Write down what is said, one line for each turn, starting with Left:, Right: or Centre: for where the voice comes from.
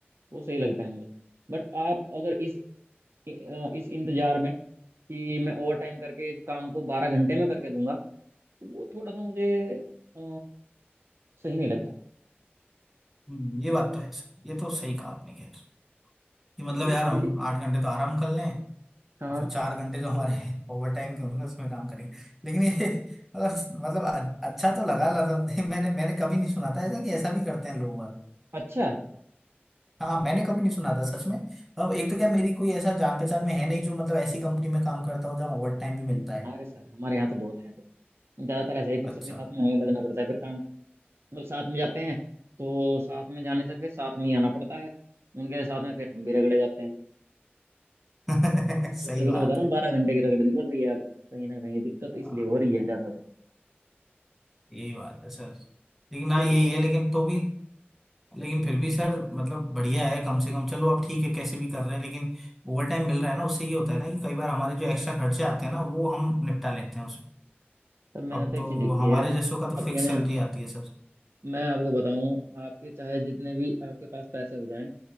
Right: वो सही लगता है मुझे बट आप अगर इस अ, इस इंतजार में कि मैं ओवर टाइम करके इस काम को बारह घंटे में करके दूंगा तो वो थोड़ा सा मुझे अ, सही नहीं लगता
Centre: हम्म, ये बात तो है सर ये तो सही कहा आपने खैर कि मतलब
Right: तो ये
Centre: यार
Right: थोड़ी
Centre: हम
Right: सी चीजें
Centre: आठ घंटे तो आराम कर लें
Right: हाँ
Centre: और फिर चार घंटे जो हमारे <laughs> ओवर टाइम के होंगे उसमें काम करेंगे लेकिन ये <laughs> मतलब मतलब अ- अच्छा तो लगा मतलब नहीं, <laughs> मैंने मैंने कभी नहीं सुना था ऐसा कि ऐसा भी करते हैं लोग बाग
Right: अच्छा
Centre: हाँ मैंने कभी नहीं सुना था सच में अब एक तो क्या मेरी कोई ऐसा जान पहचान में है नहीं जो मतलब ऐसी कंपनी में काम करता हो जहाँ ओवर टाइम भी मिलता है
Right: अरे सर हमारे यहाँ तो बहुत है ऐसे ज्यादातर ऐसे ही फिर
Centre: अच्छा
Right: सबके साथ में हमें लगना पड़ता है फिर काम मतलब साथ में जाते हैं तो साथ में जाने से फिर साथ में ही आना पड़ता है उनके साथ में फिर हम भी रगड़े जाते हैं
Centre: <laughs> सही
Right: तो तभी
Centre: बात
Right: तो बता रहा
Centre: है
Right: हूँ बारह घंटे की रगड़नी पड़ रही है अब कहीं ना कहीं दिक्कत
Centre: हाँ,
Right: इसलिए हो रही है ज्यादा तो
Centre: यही बात है सर लेकिन हाँ
Right: बट
Centre: यही
Right: क्या
Centre: है लेकिन तो भी लेकिन फिर भी सर मतलब बढ़िया है कम से कम चलो अब ठीक है कैसे भी कर रहे हैं लेकिन ओवर टाइम मिल रहा है ना उससे ये होता है ना कि कई बार हमारे जो एक्स्ट्रा खर्चे आते हैं ना वो हम निपटा लेते हैं उसमें
Right: सर मैंने
Centre: अब
Right: तो एक चीज देखी
Centre: हमारे
Right: है
Centre: जैसों का तो
Right: आपके
Centre: फिक्स सैलरी
Right: ना
Centre: आती है सर
Right: मैं आपको बताऊं आपके चाहे जितने भी आपके पास पैसे हो जाएं